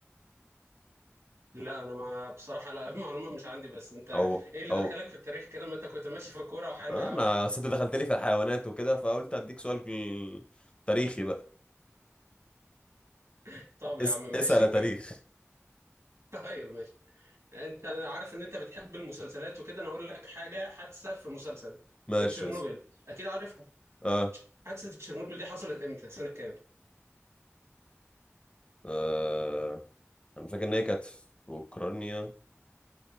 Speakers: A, on the right; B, on the left.
A: لا انا ما بصراحه لا <laughs> المعلومه مش عندي بس انت
B: او
A: ايه اللي
B: او
A: دخلك في التاريخ كده ما انت كنت ماشي في الكوره وحلو
B: آه
A: يا عم
B: انا ست دخلت لي في الحيوانات وكده فقلت اديك سؤال تاريخي بقى
A: <laughs> طب يا
B: اس...
A: عم ماشي
B: اسأل يا تاريخ
A: <laughs> طيب ماشي انت أنا عارف ان انت بتحب المسلسلات وكده انا هقول لك حاجه حادثه في مسلسل
B: ماشي
A: تشيرنوبل
B: اسأل
A: اكيد عارفها
B: اه,
A: حادثه تشيرنوبل دي حصلت امتى سنه كام
B: آه. انا فاكر ان هي كانت في اوكرانيا